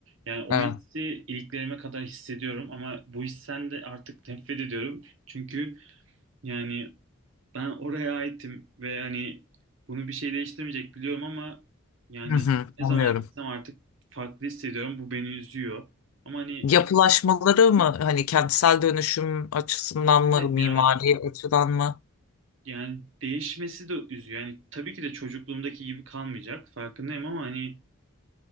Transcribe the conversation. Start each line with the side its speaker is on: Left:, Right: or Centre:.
Right: Yani o
Left: Evet.
Right: hissi iliklerime kadar hissediyorum ama bu hissen de artık nefret ediyorum. Çünkü yani ben oraya aitim ve hani bunu bir şey değiştirmeyecek biliyorum ama yani
Left: Hı hı,
Right: ne
Left: anlıyorum.
Right: zaman gitsem artık farklı hissediyorum. Bu beni üzüyor. Ama hani
Left: Yapılaşmaları mı hani kentsel dönüşüm açısından
Right: evet
Left: mı mimari
Right: yani
Left: açıdan mı?
Right: Yani değişmesi de üzüyor. Yani tabii ki de çocukluğumdaki gibi kalmayacak. Farkındayım ama hani